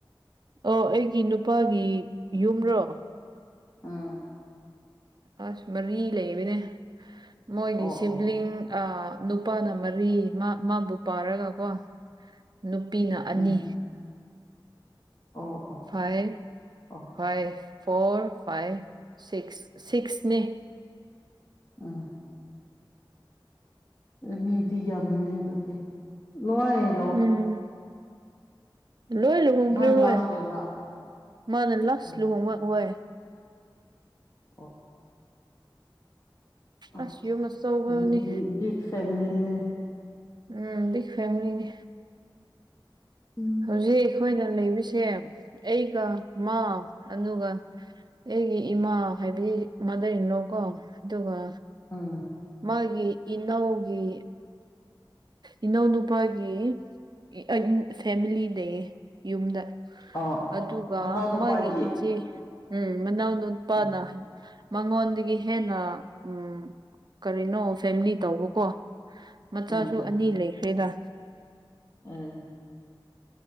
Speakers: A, on the right; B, on the left.
A: ꯑꯣ ꯑꯩꯒꯤ ꯅꯨꯄꯥꯒꯤ ꯌꯨꯝꯔꯣ
B: ꯎꯝ
A: ꯑꯁ ꯃꯔꯤ ꯂꯩꯕꯅꯦ ꯃꯣꯏꯒꯤ
B: ꯑꯣ
A: ꯁꯤꯕ꯭ꯂꯤꯡ
B: ꯑꯣ
A: ꯑ ꯅꯨꯄꯥꯅ ꯃꯔꯤ ꯃ ꯃꯥꯕꯨ ꯄꯥꯔꯒꯀꯣ ꯅꯨꯄꯤꯅ ꯑꯅꯤ
B: ꯎꯝ ꯑꯣ ꯑꯣ
A: ꯐꯥꯏꯚ
B: ꯑꯣ
A: ꯐꯥꯏꯚ ꯐꯣꯔ ꯐꯥꯏꯚ ꯁꯤꯛꯁ ꯁꯤꯛꯁꯅꯦ
B: ꯎꯝ ꯃꯤꯗꯤ ꯌꯝꯃꯤꯅꯦ ꯑꯗꯨꯗꯤ ꯂꯣꯢ
A: ꯎꯝ ꯂꯣꯏ ꯂꯨꯍꯣꯡꯈ꯭ꯔꯦ
B: ꯃꯥ
A: ꯍꯣꯏ
B: ꯂꯥꯁ ꯑꯣꯏꯕ
A: ꯃꯥꯅ ꯂꯁ
B: ꯎꯝ
A: ꯂꯨꯍꯣꯡꯕ ꯍꯣꯏ
B: ꯑꯣ ꯑ
A: ꯑꯁ ꯌꯨꯝ ꯑꯆꯧꯕꯅꯤ
B: ꯑꯗꯨꯗꯤ ꯕꯤꯛ ꯐꯦꯟꯅꯤꯅꯦ
A: ꯎꯝ ꯕꯤꯛ ꯐꯦꯃꯤꯂꯤꯅꯤ
B: ꯎꯝ
A: ꯍꯧꯖꯤꯛ ꯑꯩꯈꯣꯏꯅ ꯂꯩꯕꯁꯦ ꯑꯩꯒ ꯃꯥ ꯑꯗꯨꯒ ꯑꯩꯒꯤ ꯏꯃꯥ ꯍꯥꯏꯕꯗꯤ ꯃꯗꯔ ꯏꯟ ꯂꯣ ꯀꯣ ꯑꯗꯨꯒ
B: ꯎꯝ
A: ꯃꯥꯒꯤ ꯏꯅꯧꯒꯤ ꯏꯅꯥꯎ ꯅꯨꯄꯥꯒꯤ <unintelligible> ꯐꯦꯃꯤꯂꯤꯗꯦ ꯌꯨꯝꯗ
B: ꯑꯣ ꯑꯣ
A: ꯑꯗꯨꯒ
B: ꯃꯅꯥꯎ ꯅꯨꯄꯥꯒꯤ
A: ꯃꯥꯒꯤ ꯏꯆꯦ ꯎꯝ ꯃꯅꯥꯎ ꯅꯨꯄꯥꯅ
B: ꯎꯝ
A: ꯃꯉꯣꯟꯗꯒꯤ ꯍꯦꯟꯅ ꯎꯝ ꯀꯔꯤꯅꯣ ꯐꯦꯃꯤꯂꯤ ꯇꯧꯕꯀꯣ ꯃꯆꯥꯁꯨ
B: ꯎꯝ ꯎꯝ
A: ꯑꯅꯤ ꯂꯩꯈ꯭ꯔꯦꯗ
B: ꯎꯝ